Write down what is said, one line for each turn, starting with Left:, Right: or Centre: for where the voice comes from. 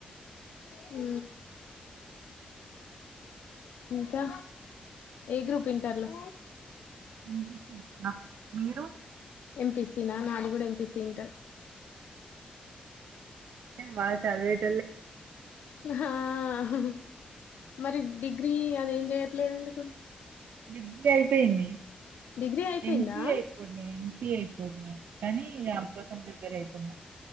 Left: ఆ ఇంకా ఏ గ్రూప్ ఇంటర్లో
Right: ఎమ్. పి. సి అక్క మీరు
Left: ఎంపీసి తినా నాది కూడా ఎంపిసి ఇంటర్
Right: వాల్ చదివేద్
Left: హా అహ్ మరి డిగ్రీ అదేం చెయట్లేదండి ఎందుకు
Right: డిగ్లీ అయిపోయింది
Left: డిగ్రీ అయిపోయిందా
Right: ఎంసిఏ అయిపోంది ఎంసిఏ అయిపోండి కానీ అప్ కోసం ప్రిపేర్ అయితున్నా